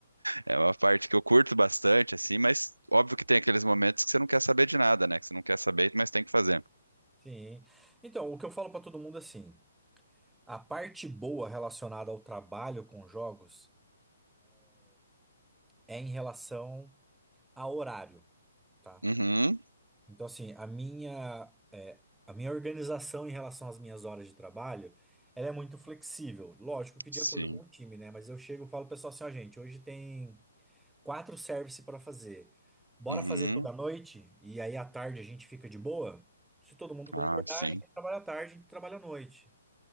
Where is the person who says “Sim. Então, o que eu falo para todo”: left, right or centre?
Centre